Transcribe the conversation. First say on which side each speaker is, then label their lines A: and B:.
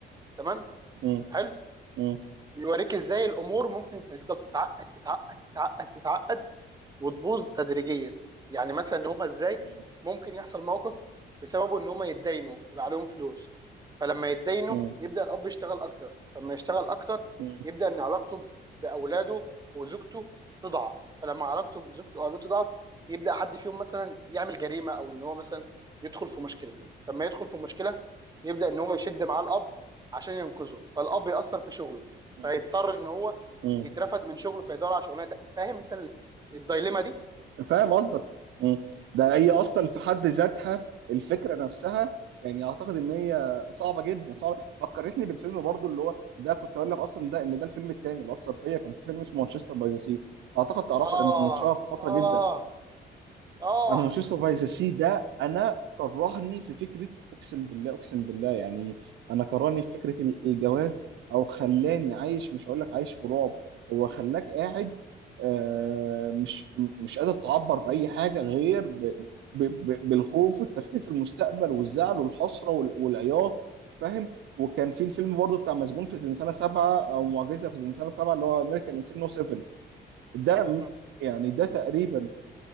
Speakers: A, on the right; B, on the right.
A: تمام
B: مم.
A: حلو
B: مم.
A: بيوريك ازاي الامور ممكن تفضل تتعقد تتعقد تتعقد تتعقد وتبوظ تدريجيا يعني مثلا ان هم ازاي
B: مم.
A: ممكن يحصل موقف بسببه ان هم يتداينوا يبقى عليهم فلوس فلما يتداينوا
B: مم.
A: يبدا الاب يشتغل اكتر فلما يشتغل اكتر
B: مم.
A: يبدا ان علاقته باولاده وزوجته تضعف فلما علاقته بزوجته واولاده تضعف يبدا حد فيهم مثلا يعمل جريمه او ان هو مثلا يدخل في مشكله فلما يدخل في مشكله يبدا ان هو يشد معاه الاب عشان ينقذه فالاب ياثر في شغله
B: مم.
A: فيضطر ان هو
B: مم.
A: يترفد من شغله فيدور على شغلانه تا- فاهم انت الدايليما دي
B: فاهم قصدك مم. ده هي اصلا في حد ذاتها الفكره نفسها يعني اعتقد ان هي صعبه جدا صعبه فكرتني بالفيلم برضو اللي هو ده كنت اقول لك اصلا ده ان ده الفيلم الثاني اللي اثر فيا كان في فيلم اسمه مانشستر باي ذا سي اعتقد تعرفه
A: اه
B: لانه كنت متشهر في فتره
A: اه
B: جدا
A: اه
B: انا مانشستر باي ذا سي ده انا كرهني في فكره اقسم بالله اقسم بالله يعني انا كرهني في فكره ال- الجواز او خلاني عايش مش هقول لك عايش في رعب هو خلاك قاعد آه، مش م- مش قادر تعبر باي حاجه غير ب ب ب بالخوف والتفكير في المستقبل والزعل والحسره وال- والعياط فاهم وكان في الفيلم برضه بتاع مسجون في زنزانه سبعه او معجزه في زنزانه سبعه اللي هو امريكان انسين نو سبعه، ده م-
A: مم.
B: يعني ده تقريبا